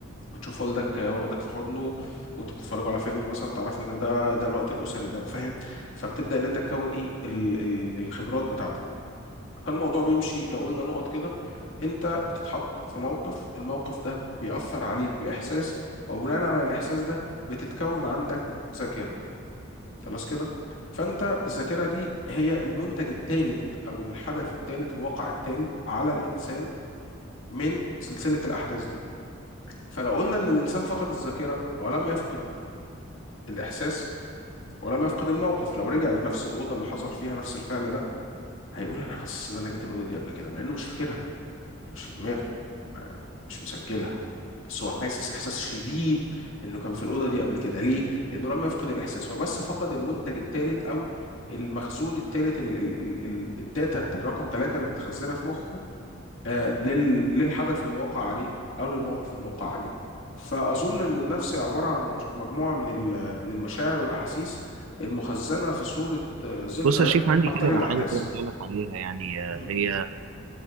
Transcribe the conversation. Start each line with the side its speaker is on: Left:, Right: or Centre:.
Left: هتشوف والدك آه، واخدك في حضنه وانتوا بتتفرجوا على فيلم مثلا تعرف ان ده ده الوقت الاسري ده فاهم فبتبدا ان انت تكون ايه ال ال الخبرات بتاعتك فالموضوع بيمشي لو قلنا نقط كده انت بتتحط في موقف الموقف ده بيأثر عليك بإحساس وبناء على الإحساس ده بتتكون عندك ذاكرة خلاص كده فانت الذاكره دي هي المنتج الثالث او الحدث الثالث الواقع الثالث على الانسان من سلسله الاحداث دي فلو قلنا ان الانسان فقد الذاكره ولم يفقد الاحساس ولم يفقد الموقف لو رجع لنفس الاوضه اللي حصل فيها نفس الفعل ده هيقول انا حاسس ان انا جيت الاوضه دي قبل كده مع انه مش فاكرها مش في دماغه ما- مش مسجلها بس هو حاسس احساس شديد انه كان في الاوضه دي قبل كده ليه لانه لم يفقد الاحساس هو بس فقد المنتج الثالث او المخزون الثالث الداتا الرقم ثلاثة اللي متخزنه في مخه آه لل- للحدث اللي وقع عليه او للموقف اللي وقع عليه فاظن ان النفس هي عباره عن مش- مجموعه من ال- من المشاعر والاحاسيس المخزنه في صوره آه، ذكرى
Right: بص يا شريف عندي كده
Left: عن طريق الاحداث
Right: حاجة كده عايز أقول لك عليها يعني آه،
Left: مهم.
Right: هي